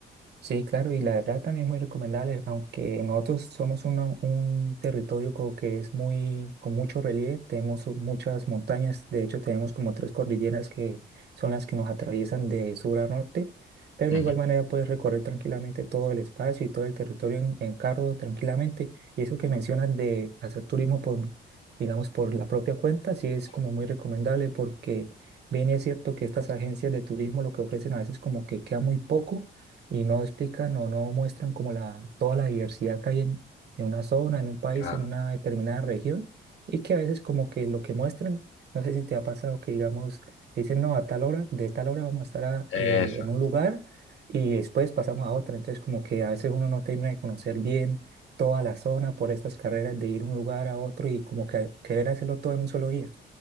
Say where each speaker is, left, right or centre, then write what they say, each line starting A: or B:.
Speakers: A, on the right; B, on the left.
A: Sí, claro, y la verdad también es muy recomendable, aunque nosotros somos una- un territorio como que es muy, con mucho relieve, tenemos muchas montañas, de hecho tenemos como tres cordilleras que son las que nos atraviesan de sur a norte, pero
B: Ujú,
A: de igual manera puedes recorrer tranquilamente todo el espacio y todo el territorio en, en carro tranquilamente, y eso que mencionas de hacer turismo por, digamos, por la propia cuenta, sí es como
B: sí,
A: muy recomendable porque bien es cierto que estas agencias de turismo lo que ofrecen a veces como que queda muy poco y no explican o no muestran como la, toda la diversidad que hay en, en una zona, en un país,
B: claro.
A: en una determinada región, y que a veces como que lo que muestran, no sé si te ha pasado que digamos, te dicen, no, a tal hora, de tal hora vamos a estar a-
B: Eso
A: eh, en un lugar y después pasamos a otra, entonces como que a veces uno no termina de conocer bien toda la zona por estas carreras de ir un lugar a otro y como que querer hacerlo todo en un solo día.